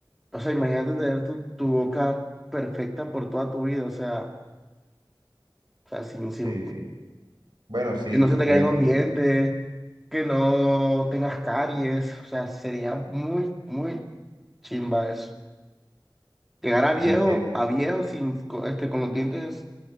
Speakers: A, in the centre; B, on the right (about 65°).
A: O sea, imagínate tener tu, tu boca perfecta por toda tu vida, o sea, o sea, sin, sin
B: Sí, bueno, sí,
A: que no se te
B: tienes,
A: caiga un diente, que no tengas caries, o sea, sería muy, muy chimba eso. Llegar a viejo,
B: entiendo.
A: a viejo sin, co- este, con los dientes